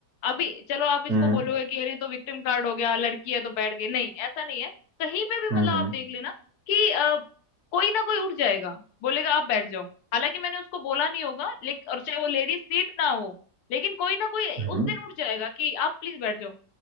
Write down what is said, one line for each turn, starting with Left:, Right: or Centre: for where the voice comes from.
Left: अभी चलो आप इसको
Right: हम्म
Left: बोलोगे कि अरे तो विक्टिम कार्ड हो गया लड़की है तो बैठ गई नहीं ऐसा नहीं है कहीं पे भी
Right: हम्म,
Left: मतलब आप देख लेना कि अ, कोई ना कोई उठ जाएगा बोलेगा आप बैठ जाओ हालांकि मैंने उसको बोला नहीं होगा लेकिन और चाहे वो लेडीज सीट ना हो लेकिन कोई ना कोई
Right: हाँ
Left: उस दिन उठ जाएगा कि आप प्लीज बैठ जाओ